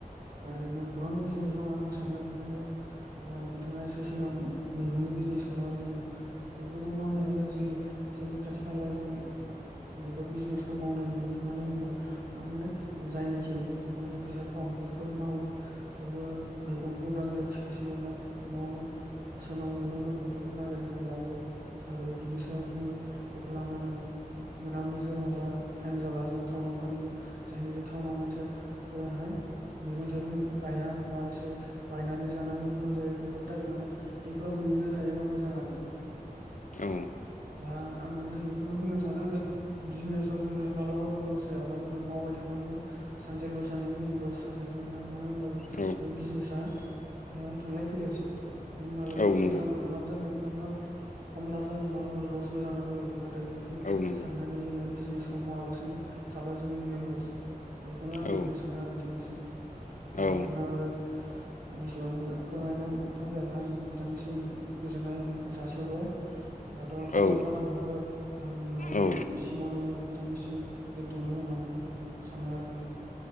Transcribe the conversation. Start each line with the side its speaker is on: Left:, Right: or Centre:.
Right: आरो बिदिनो गोबां बिजनेस दं आं सानो माने जों बिथाङा एसे सिगां मैगंनि बिजनेस खाबो जोङो बेफोरखौ मा होननो हायो जोंनि जोंनि खाथि खाला जों बेफोर बिजनेसखौ मावनाय नुयो मानो होनबा माने जायनोखिमाने फैसा खम बेफोर मावो बेवबो मैगंखौ गामियाव थिखोसिगोन बा न' न' नाव मैगं दं बेफोरखौ नागिर नागिर लायो आरो बिनि सायाव जोङो बेखौ लानानै मोनाबिलि जाबा बा टाइम जाबा जों टाउनाव फानहैयो जायनाखि टाउनाव मानसि फोराहाय मैगं थाइगं गाया बा इसोर बायनानै जानांगौ गोनां जायो बेफोरनि थाखाय माने बेफोराव हैनो हायोबा मोजां आरो
Left: औ
Right: दा आं माने बेखौनो बुंनो सानदों जे बिजनेसाव जोङो मालाबाो लस जायाबा जोङो मावबाय थानांगौ सानसे लस जानायखौ जों लस सानबाय थानोङा मानो होनबा जों
Left: औ
Right: बे बिजनेसा थांलाय फैलायसो नों माबलाबा
Left: औ नंगौ
Right: बुरजा लाब जागोन मालाबा खम लााज म लसबो जानांगौ
Left: औ नंगौ
Right: साननानै जोङो बिजनेसखौ मावालासिनो थाबाय जोंनिनो लस बेखौनो आं
Left: औ
Right: होननो सानो आरो बिथांनिसिम दा
Left: औ
Right: बिथाङाबो आंनि सिगां मोजां फोरमायना थोन आं बिथांनिसिम गोजोननाय जासहबाय दाथ' समाब
Left: औ
Right: जान हैबाय आं माने
Left: औ
Right: सिमावनो बिथांनिसिम दोनथ'नो होननानै सानदों आरो